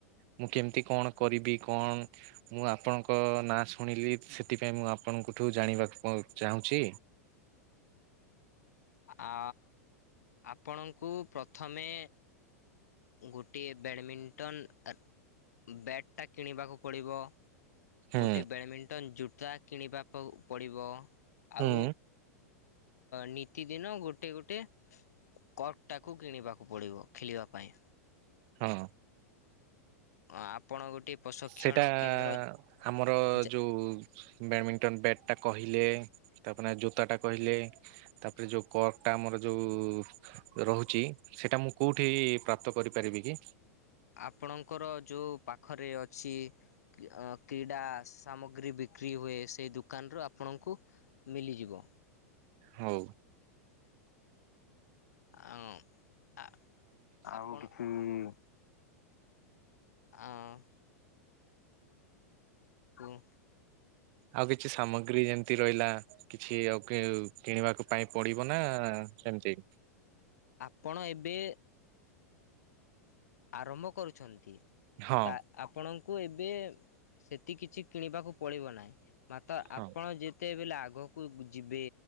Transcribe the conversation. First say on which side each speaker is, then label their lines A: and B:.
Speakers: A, on the right; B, on the left.
A: ମୁଁ କେମିତି କଣ କରିବି କଣ ମୁଁ ଆପଣଙ୍କ ନା- ଶୁଣିଲି ସେଥିପାଇଁ ମୁଁ ଆପଣଙ୍କଠୁ ଜାଣିବାକୁ ଚାହୁଁଛି।
B: ଆ ଆପଣଙ୍କୁ ପ୍ରଥମେ। ଗୋଟିଏ ବ୍ୟାଡ଼ମିଣ୍ଟନ। ବ୍ୟାଟ୍ ଟା କିଣିବାକୁ ପଡ଼ିବ।
A: ହୁଁ
B: ଗୋଟେ ବ୍ୟାଡମିଣ୍ଟନ୍ ଜୁଟ୍। ତାହା କିଣିବା କୁ ପଡ଼ିବ।
A: ହୁଁ
B: ଆଉ। ନିତିଦିନ ଗୋଟେ ଗୋଟେ କ୍ରକ୍ ଟାକୁ କିଣିବାକୁ ପଡି଼ବ ଖେଳିବା ପାଇଁ।
A: ହଁ।
B: ଆପଣ ଗୋଟେ ପ୍ରଶିକ୍ଷଣ
A: ସେଇଟା
B: କେନ୍ଦ୍ର
A: ଆମର
B: ଯା
A: ଯୋଉ ବ୍ୟାଡ଼ମିଣ୍ଟନ ବ୍ୟାଟ ଟା କହିଲେ ତାପରେ ଜୋତା ଟା କହିଲେ ତାପରେ ଯୋଉ କ୍ରକ୍ କଟା ଆମର ଯୋଉ ରହୁଛି ସେଇଟା ମୁଁ କୋଉଠି ପ୍ରାପ୍ତ କରିପାରିବି କି?
B: ଆପଣଙ୍କର ଯେଉଁ ପାଖରେ ଅଛି କ୍ରୀଡ଼ା ସାମଗ୍ରୀ ବିକ୍ରି ହୁଏ। ସେହି ଦୋକାନରୁ ଆପଣଙ୍କୁ ମିଳିଯିବ।
A: ହଉ।
B: ଆ ଆ ଆଉ କିଛି ଆଁ। କୁଁ।
A: ଆଉ କିଛି ସାମଗ୍ରୀ ଯେମିତି ରହିଲା କିଛି ଆଉ କିଣିବାକୁ ପାଇଁ ପଡି଼ବ ନା ସେମିତି
B: ଆପଣ ଏବେ ଆରମ୍ଭ କରୁଛନ୍ତି।
A: ହଁ
B: ତା ଆପଣ କୁ ଏବେ ସେତିକି କିଛି କିଣିବାକୁ ପଡି଼ବ ନାହିଁ। ମାତ୍ର
A: ହଁ
B: ଆପଣ ଯେ କେତେବେଲେ ଆଗକୁ ଯିବେ